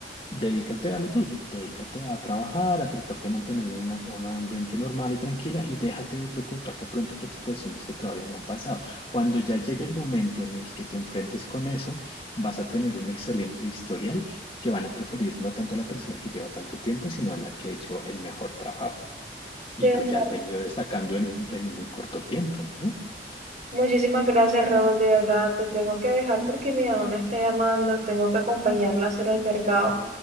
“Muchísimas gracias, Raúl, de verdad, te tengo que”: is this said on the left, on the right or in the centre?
Right